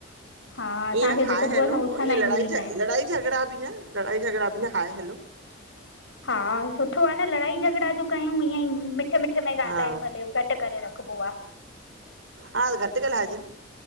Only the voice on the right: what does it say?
ईअं हाय
हलो
ईअं
लड़ा
लड़ाई झगड़ा बि न लड़ाई झगड़ा बि न हाय हलो।
हा
हा घटु ॻाल्हाए जे।